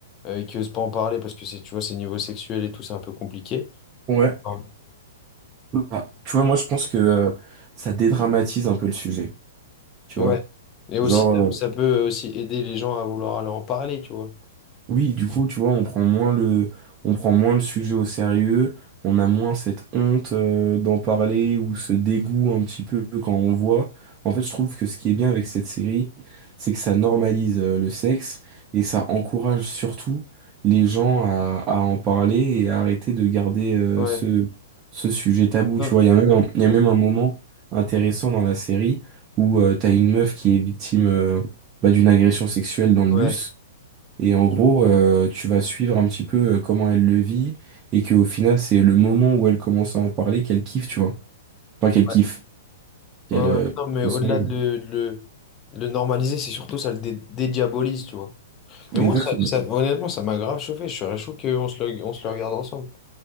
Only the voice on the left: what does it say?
euh, et qui osent pas en parler parce que c'est, tu vois, c'est niveau sexuel et tout, c'est un peu compliqué.
Ah.
Ouais.
Et aussi,
ça ça peut aussi aider les gens à vouloir aller en parler, tu vois.
Ouais.
Non,
euh,
Ouais.
Ok.
Ouais.
Ouais, ouais,
non, mais
au-delà
de le, de le, de le normaliser, c'est surtout ça le dé- dédiabolise, tu vois. Mais
moi, ça, ça- honnêtement, ça m'a grave chauffé. Je serais chaud qu'on se le, on se le regarde ensemble.